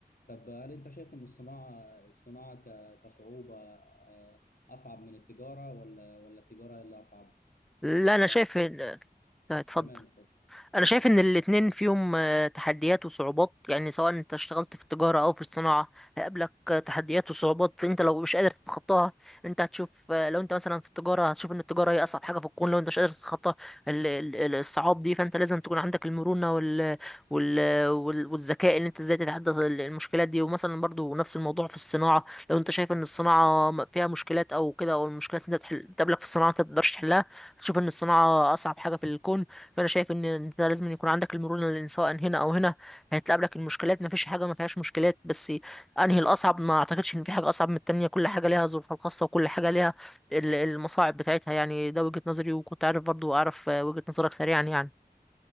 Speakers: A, on the left; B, in the centre.
A: طب هل انت شايف ان الصناعه الصناعه ك- كصعوبه آه، اصعب من التجاره ولا ولا التجاره اللي اصعب
B: لا
A: ك...
B: انا شايف ان- طيب، اتفضل
A: تمام اتفضل اتفضل
B: انا شايف ان الاتنين فيهم آه، تحديات وصعوبات يعني سواء انت اشتغلت في التجارة او في الصناعة هيقابلك آه، تحديات وصعوبات انت لو مش قادر تتخطاها انت هتشوف آه، لو انت مثلا في التجارة هتشوف ان التجارة هي اصعب حاجة في الكون لو انت مش قادر تتخطى ال- ال- ال- الصعاب دي فانت لازم تكون عندك المرونة وال... وال... وال... والذكاء ان انت ازاي تتحدى ال- المشكلات دي ومثلا برضو نفس الموضوع في الصناعة لو انت شايف ان الصناعة م- فيها مشكلات او كده او المشكلات اللي انت بتحل- بتقابلك في الصناعة انت ما بتقدرش تحلها تشوف ان الصناعة اصعب حاجة في الكون فانا شايف ان انت لازم يكون عندك المرونه لان سواء هنا او هنا هتقابلك المشكلات ما فيش حاجه ما فيهاش مشكلات بس انهي الاصعب ما اعتقدش ان في حاجه اصعب من التانية كل حاجه ليها ظروفها الخاصه وكل حاجه ليها ال- المصاعب بتاعتها يعني ده وجهه نظري وكنت عارف برضو اعرف آه، وجهه نظرك سريعا يعني